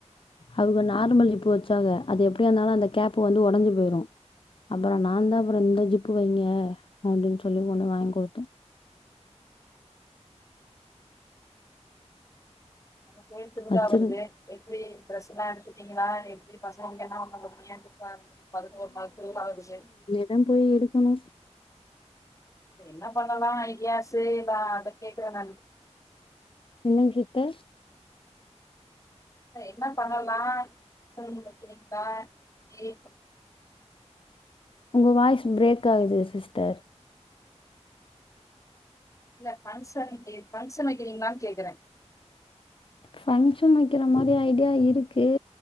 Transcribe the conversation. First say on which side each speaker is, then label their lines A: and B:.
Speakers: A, on the left; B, on the left.
A: அவுக நார்மல் ஜிப்பு வச்சாக அது எப்டியாந்தாலு அந்த கேப் வந்து ஒடஞ்சு போயிரு அப்பறோ நாந்தா அப்பறோ இந்த ஜிப்பு வைங்க அப்டின் சொல்லி ஒண்ணு வாங்குடுத்த
B: அப்போ கோயில் திருவிழா
A: வச்சிரு
B: வருது எப்டி டிரெஸ்ஸெல்லா எடுத்துட்டீங்களா எப்டி பசங்க அங்கெல்லா நம்ம கல்யாணத்துக்கு வாரதுக்கு பதினோரு மன்த்லி ஆகுது
A: எம் போய் எழுப்பனு
B: என்ன பண்ணலா ஐடியாசு நா அத கேக்கல நானு
A: என்னங் சிஸ்டர்
B: என்ன பண்ணலா சொல்லுங்க கேட்டா ஏ
A: ஒங்க வாய்ஸ் பிரேக் ஆகுது சிஸ்டர்
B: இல்ல ஃபங்க்ஷ ஃபங்க்ஷன் வக்குறீங்கங்களானு கேக்குற
A: ஃபங்க்ஷன் வைக்கிற மாரி ஐடியா இருக்கு